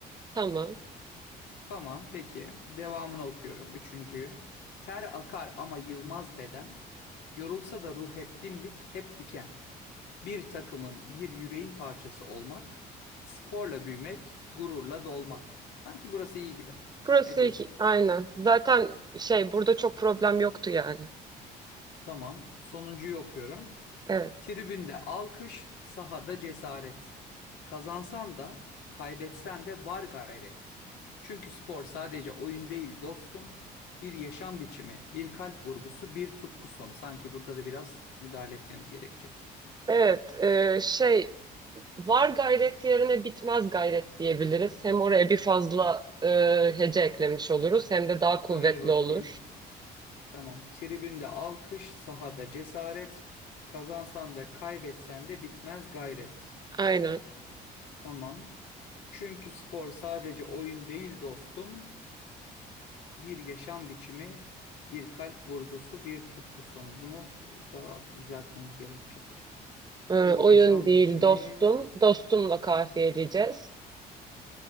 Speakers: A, on the right; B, on the left.
A: Tamam.
B: Tamam, peki. Devamını okuyorum. Üçüncüyü. Ter akar ama yılmaz beden. Yorulsa da ruh hep dimdik, hep diken. Bir takımın, bir yüreğin parçası olmak. Sporla büyümek, gururla dolmak. Sanki burası iyi gibi.
A: Burası
B: Ne diyorsun?
A: iki, aynen. Zaten şey burada çok problem yoktu yani.
B: Tamam. Sonuncuyu okuyorum.
A: Evet.
B: Tribünde alkış, sahada cesaret. Kazansan da, kaybetsen de var gayret. Çünkü spor sadece oyun değil dostum. Bir yaşam biçimi, bir kalp vurgusu, bir tutku sonu. Sanki burada da biraz müdahale etmemiz gerekecek.
A: Evet, e, şey var gayret yerine bitmez gayret diyebiliriz. Hem oraya bir fazla e, hece eklemiş oluruz hem de daha
B: Söyle
A: kuvvetli
B: bakayım.
A: olur.
B: Tamam. Tribünde alkış, sahada cesaret. Kazansan da kaybetsen de bitmez gayret.
A: Aynen.
B: Tamam. Çünkü spor sadece oyun değil dostum. bir yaşam biçimi, bir kalp vurgusu, bir tutku sonu. Bunu daha bir düzeltmemiz gerekecek.
A: E,
B: Bir
A: oyun
B: yaşam
A: değil
B: biçimi,
A: dostum. Dostumla kafiyeleyeceğiz.